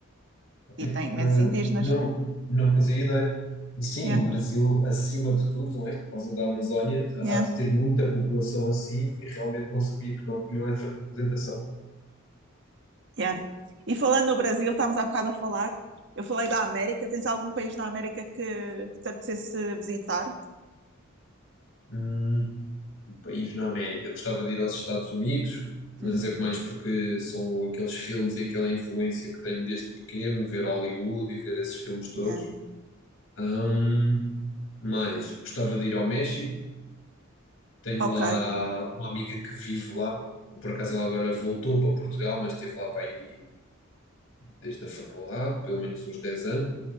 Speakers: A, on the left; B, on the right.
A: né?
B: E tem imensos
A: Não,
B: indígenas.
A: não, não fazia ideia. E sim,
B: Yeah,
A: o Brasil, acima de tudo, não é? Por causa da Amazónia,
B: yeah.
A: há de ter muita população assim e realmente não sabia que não tinham essa representação.
B: Yeah. E falando no Brasil, estávamos há bocado a falar. Eu falei da América. Tens algum país na América que, que te apetecesse visitar?
A: Hum, um país na América. Gostava de ir aos Estados Unidos, mas
B: Uhum.
A: é mais porque são aqueles filmes e aquela influência que tenho desde pequeno, ver Hollywood e ver esses filmes todos.
B: Yeah.
A: Hum, mas gostava de ir ao México Tenho
B: Ok.
A: lá uma amiga que vive lá. Por acaso ela agora voltou para Portugal, mas esteve lá para aí desde a faculdade, pelo menos uns 10 anos.